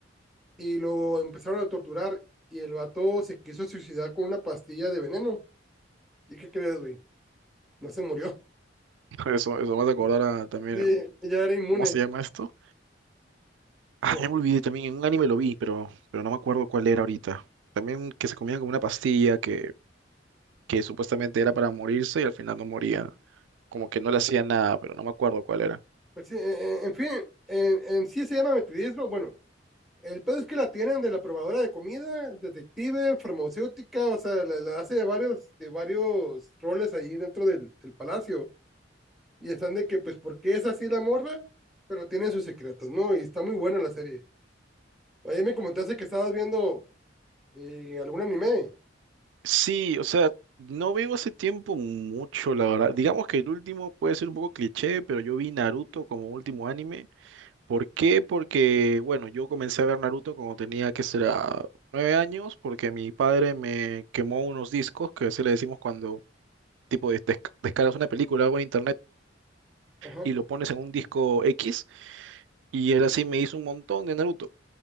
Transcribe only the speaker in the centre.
y lo empezaron a torturar y el vato se quiso suicidar con una pastilla de veneno. ¿Y qué crees, güey? No se murió.
<laughs>
sí,
ya era inmune.
¿cómo?
pues sí, en, en fin, en, en sí se llama metidismo. Bueno, el pedo es que la tienen de la probadora de comida, detective, farmacéutica, o sea, la, la hace de varios, de varios roles ahí dentro del, del palacio. Y están de que, pues, ¿por qué es así la morra? Pero tiene sus secretos, ¿no? Y está muy buena la serie. Ayer me comentaste que estabas viendo eh, algún anime.
Ajá.